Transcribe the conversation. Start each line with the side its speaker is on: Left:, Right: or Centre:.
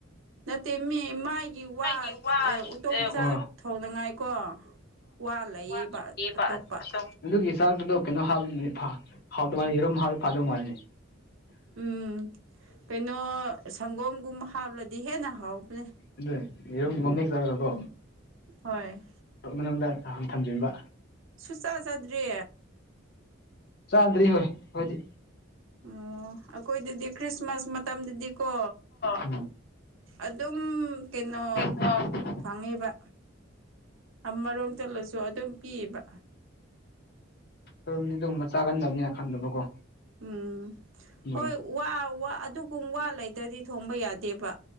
Right: ꯅꯠꯇꯦꯃꯤ ꯃꯥ ꯒꯤ ꯋꯥ
Left: ꯑꯩꯒꯤ ꯑꯗꯨꯝ
Right: ꯎꯇꯣꯡ ꯆꯥꯛ ꯊꯣꯡꯅꯉꯥꯏ ꯀꯣ ꯋꯥ ꯂꯩꯌꯦꯕ
Left: ꯋꯥꯕ
Right: ꯑꯇꯣꯞꯄ
Left: ꯑꯗꯨꯝ ꯑꯗꯨꯒꯤ ꯆꯥꯛꯇꯨꯗꯣ ꯀꯩꯅꯣ ꯍꯥꯞꯅ ꯍꯥꯎꯗꯧ ꯃꯥꯜꯂꯤ ꯌꯦꯔꯨꯝ ꯍꯥꯞꯗꯤ ꯐꯥꯗꯧ ꯃꯥꯜꯂꯤꯅꯤ
Right: ꯎꯝ ꯀꯩꯅꯣ ꯁꯪꯒꯣꯝꯒꯨꯝ ꯍꯥꯞꯂꯗꯤ ꯍꯦꯟꯅ ꯍꯥꯎꯕꯅꯦ
Left: ꯑꯗꯨ ꯌꯦꯔꯨꯝ ꯃꯃꯤꯛ ꯇꯧꯔꯒꯀꯣ
Right: ꯍꯣꯏ
Left: ꯃꯅꯨꯡꯗ ꯊꯝꯖꯤꯟꯕ
Right: ꯁꯨꯛꯆꯥ ꯆꯥꯗꯔ꯭ꯤ
Left: ꯆꯥꯗ꯭ꯔꯤ ꯍꯣꯏ ꯈꯣꯢꯗꯤ
Right: ꯑꯣ ꯑꯩꯈꯣꯏꯗꯗꯤ ꯈ꯭ꯔꯤꯁꯃꯥꯁ ꯃꯇꯝꯗꯗꯤꯀꯣ
Left: ꯎꯝ
Right: ꯑꯗꯨꯝ ꯀꯩꯅꯣ
Left: ꯑꯩꯈꯣꯏꯔꯣꯝꯗꯗꯤ
Right: ꯐꯪꯉꯤꯕ ꯑꯃꯔꯣꯝ ꯆꯠꯂꯁꯨ ꯑꯗꯨꯝ ꯄꯤꯕ
Left: ꯈꯣꯏꯔꯣꯝꯗꯤ ꯑꯗꯨꯨꯝꯕ ꯆꯥꯒꯟꯗꯕꯅꯤꯅ ꯈꯪꯗꯕꯀꯣ
Right: ꯎꯝ
Left: ꯑꯗꯨꯅꯤ
Right: ꯍꯣꯏ ꯋꯥ ꯑꯗꯨꯒꯨꯝ ꯋꯥ ꯂꯩꯗ꯭ꯔꯗꯤ ꯊꯣꯡꯕ ꯌꯥꯗꯦꯕ